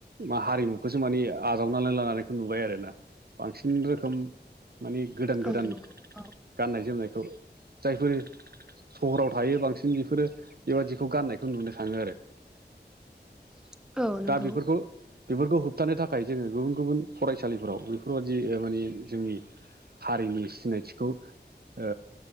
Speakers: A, on the right (about 60°); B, in the centre.
A: मा हारिमुखौसो माने आजावनानै लानानै नुबाय आरोना बांसिन रोखोम मानि गोदान
B: औ
A: गोदान
B: नंगौ औ
A: गाननाय जोमनायखौ जायफोर सहराव थायो बांसिन बेफोरो बेबादिखौ गाननायखौ नुनो थाङो आरो।
B: <inaudible> औ नंगौ
A: दा बेफोरखौ बेफोरखौ होबथानो थाखाय जोङो गुबुन गुबुन फरायसालिफोराव बेफोरबादि माने जोंनि हारिनि सिनायथिखौ ओ